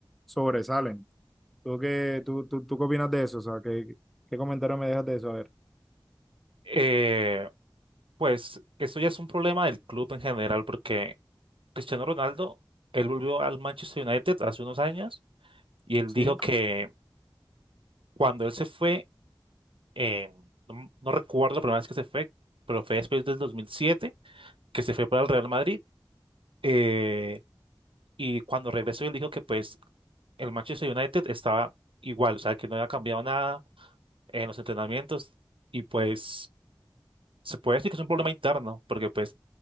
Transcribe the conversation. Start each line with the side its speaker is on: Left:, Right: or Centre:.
Centre: sobresalen. ¿Tú qué, tú, tú, tú qué opinas de eso? O sea, ¿qué, qué comentario me dejas de eso? A ver,
Right: Eh, pues eso ya es un problema del club en general porque Cristiano Ronaldo, él volvió al Manchester United hace unos años y él
Centre: ¿sí?
Right: dijo que cuando él se fue, eh, no, no recuerdo la primera vez que se fue, pero fue después del 2007 que se fue para el Real Madrid. eh, y cuando regresó, él dijo que pues el Manchester United estaba igual, o sea, que no había cambiado nada en los entrenamientos y pues... Se puede decir que es un problema interno, porque pues